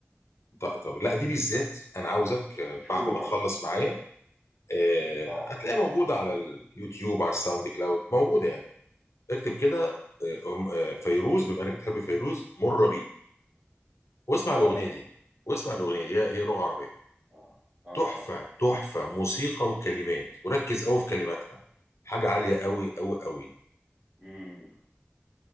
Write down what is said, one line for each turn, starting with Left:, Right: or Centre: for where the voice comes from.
Left: طيب طب لا دي بالذات انا عاوزك اه،
Right: المشهورة
Left: بعد ما تخلص معايا آه،
Right: آه
Left: هتلاقيها موجودة على اليوتيوب على الساوند كلاود موجودة يعني اكتب كده آه، أم- آه، فيروز بما انك بتحب فيروز مر بيه واسمع
Right: آه
Left: الأغنية دي واسمع الأغنية دي هي هي لغة عربية
Right: آه آه
Left: تحفة تحفة موسيقى وكلمات وركز قوي في كلماتها حاجة عالية قوي قوي قوي
Right: مم.